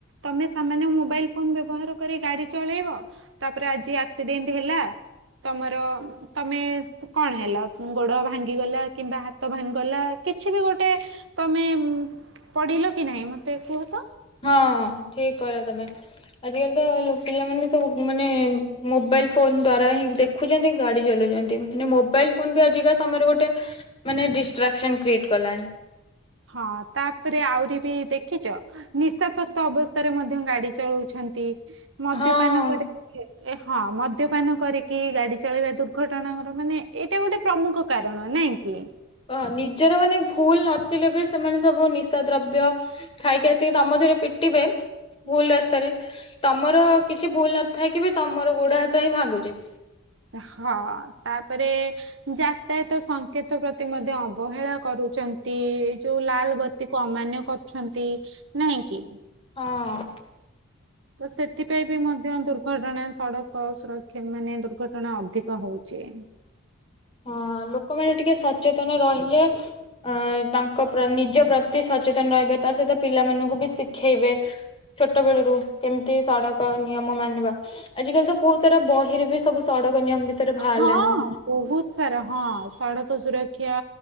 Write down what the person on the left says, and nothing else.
ହଁ ଠିକ୍ କହିଲ ତମେ। ଆଜିକାଲି ତ ପିଲାମାନେ ସବୁ ମାନେ ମୋବାଇଲ ଫୋନ ଦ୍ଵାରା ହିଁ ଦେଖ୍ ଦେଖୁଛନ୍ତି ଗାଡି ଚଲଉଛନ୍ତି। ମାନେ ମୋବାଇଲ ଫୋନ୍ ବି ଆଜିକା ସମୟରେ ଗୋଟେ ମାନେ ଡିଷ୍ଟ୍ରାକ୍ସନ୍ କ୍ରିଏଟ୍ କଲାଣି।
ହଁ।
ହ ନିଜର ମାନେ ଭୁଲ ନଥିଲେ ବି ସେମାନେ ସବୁ ନିଶା ଦ୍ରବ୍ୟ ଖାଇକି ଆସିକି ତମଥିରେ ପିଟିବେ ଭୁଲ ରାସ୍ତାରେ, ତମର କିଛି ଭୁଲ ନଥାଇକି ବି ତମର ଗୋଡ ହାତ ହିଁ ଭାଙ୍ଗୁଚି।
ହଁ।
ହଁ ଲୋକମାନେ ଟିକେ ସଚେତନ ରହିଲେ ଅ ତାଙ୍କ ନିଜ ପ୍ରତି ସଚେତନ ରହିବେ। ତା ସହିତ ପିଲାମାନଙ୍କୁ ବି ଶିଖେଇବେ। ଛୋଟବେଳରୁ କେମିତି ସଡ଼କ ନିୟମ ମାନିବା। ଆଜିକାଲି ତ ବହୁତ ସାରା ବହିରେ ବି ସବୁ ସଡକ ନିୟମ ବିଷୟରେ ବାହାରିଲାଣି।